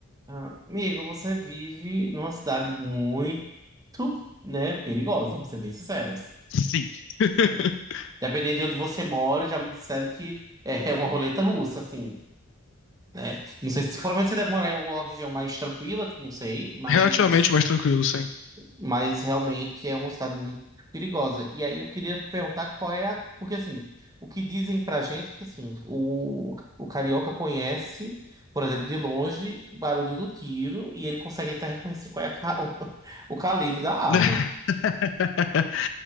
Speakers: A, on the right (about 15°); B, on the left (about 60°).
A: Ah, Amigo, você vive numa cidade muito, né, perigosa, vamos ser bem sinceros,
B: Sim. <laughs>
A: né? Dependendo de onde você mora, já me disseram que é é uma roleta russa, assim, né? Não sei se provavelmente você deve morar em alguma região mais tranquila, não sei, mas
B: Relativamente mais tranquilo, sim.
A: Mas realmente é uma cidade muito perigosa. E aí eu queria perguntar qual é a. Porque assim, o que dizem pra gente é que assim, o, o carioca conhece, por exemplo, de longe, o barulho do tiro e ele consegue até reconhecer qual é a ca- <laughs> o, calibre da arma.
B: <laughs>